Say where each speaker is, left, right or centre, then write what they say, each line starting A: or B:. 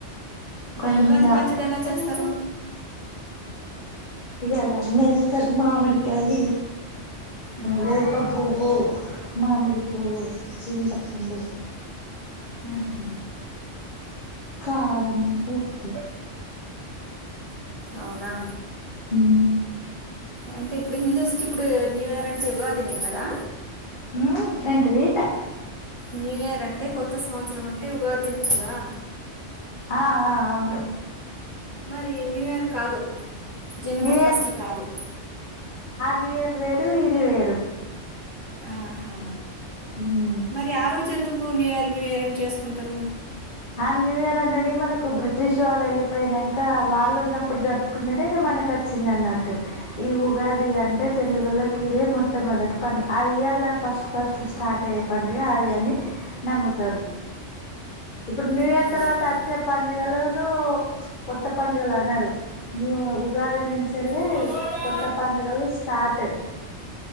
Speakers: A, on the left; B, on the left.
A: కొంతమందె
B: మరి ఉగాది పచ్చడి
A: ఆ <unintelligible>
B: ఎలా చేస్తారు
A: అలా అన్నేస్తారు మామిడికాయి
B: ఉమ్.
A: వేప పువ్వు మామిడి పువ్వు చింతపండు
B: హు
A: కారం ఉప్పు
B: అవున
A: హు
B: అంటే ఇప్పుడు హిందూస్కి ఇప్పుడు న్యూ ఇయర్ అంటే ఉగాదినే కదా
A: ఉ ఊ ఏంటిది
B: న్యూయర్ అంటే కొత్త సంవత్సరం అంటే ఉగాదినే కదా
A: ఆ ఆ అవున్
B: మరి న్యూయర్ కాదు జనవరి
A: న్యూ
B: ఫస్టు కాదు
A: నుయర్ వేదు ఇది వేరు
B: ఆహా
A: ఉమ్
B: మరి ఆ రోజు ఎందుక్ కు న్యూయర్ న్యూయర్ అని చేస్ కుంటారు
A: ఆ న్యూయర్ అనది మనకు బ్రిటిష్ వాళ్ళు వెళ్ళిపోయినంక వాళ్ళు ఉన్నప్పుడు జరుపుకునేది ఇక మనక చ్ చ్చిందన్నట్టు ఈ ఉగాదిగ అంటే తెలుగోల కి ఇదే మోట్ ట్టమ్ మొదట్ పనీ ఆ ఇయర్ల ఫస్ట్ ఫస్ట్ స్టార్ట్ అయ్యే పండుగ అది అని నమ్ముతరు ఇప్పుడ్ న్యూయర్
B: అవునా
A: తర్ వత అచ్చే పండుగ ఎలా నో <unintelligible> చ్ కొత్త పండగల్ అనరు న్యూ వ ఉగాది నుంచలి
B: సపోటా
A: కొత్త పండుగలు స్టార్ట్